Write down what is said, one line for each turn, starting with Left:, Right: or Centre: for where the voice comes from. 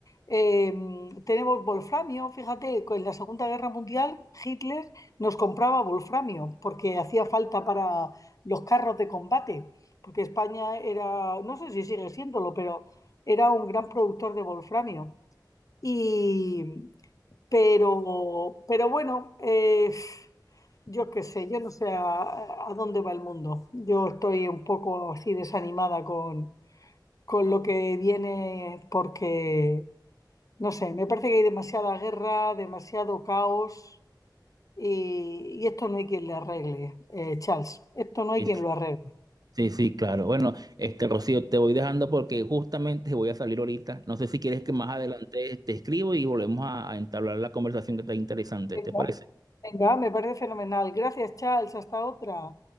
Left: eh, tenemos wolframio. Fíjate, en la Segunda Guerra Mundial Hitler nos compraba wolframio porque hacía falta para los carros de combate, porque España era, no sé si sigue siéndolo, pero era un gran productor de wolframio. Y, pero, pero bueno, eh, yo qué sé, yo no sé a, a dónde va el mundo. Yo estoy un poco así desanimada con, con lo que viene porque, no sé, me parece que hay demasiada guerra, demasiado caos y, y esto no hay quien le arregle, eh, Charles. Esto no hay
Right: sí,
Left: quien lo arregle.
Right: Sí, sí, claro. Bueno, este Rocío, te voy dejando porque justamente voy a salir ahorita. No sé si quieres que más adelante te escribo y volvemos a, a entablar la conversación que está interesante,
Left: Venga,
Right: ¿te parece?
Left: venga, me parece fenomenal. Gracias, Charles. Hasta otra.